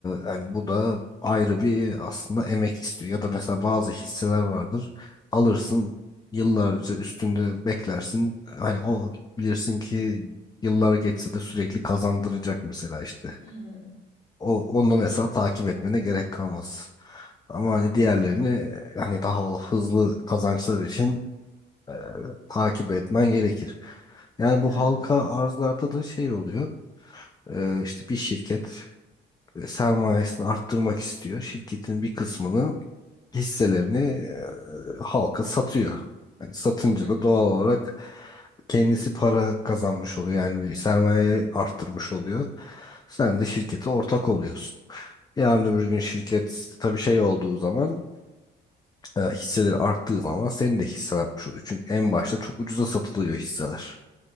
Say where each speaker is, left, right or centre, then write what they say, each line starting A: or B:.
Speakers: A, on the left; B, on the left.
A: yani bu da ayrı bir aslında emek istiyor. Ya da mesela bazı hisseler vardır. Alırsın, yıllarca üstünde beklersin. Hani o bilirsin ki yıllar geçse de sürekli kazandıracak mesela işte.
B: Hmm,
A: O, onu mesela takip etmene gerek kalmaz. Ama hani diğerlerini e, hani daha o hızlı kazançlar için e, takip etmen gerekir. Yani bu
B: hı,
A: halka arzlarda da şey oluyor. E, işte bir şirket e, sermayesini arttırmak istiyor. Şirketin bir kısmını hisselerini e, halka satıyor. Yani satınca
B: hı,
A: da doğal olarak kendisi para kazanmış oluyor. Yani bir sermayeyi arttırmış oluyor. Sen de şirkete ortak oluyorsun. Yarın öbür gün şirket
B: hı,
A: tabii şey olduğu zaman e, hisseleri arttığı zaman senin de hissen artmış oluyor. Çünkü en başta çok ucuza satılıyor hisseler.